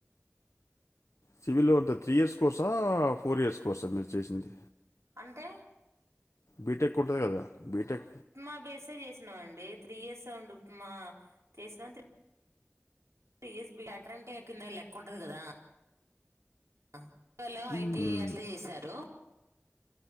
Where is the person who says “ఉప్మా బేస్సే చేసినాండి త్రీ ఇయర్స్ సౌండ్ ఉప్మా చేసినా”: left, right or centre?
Right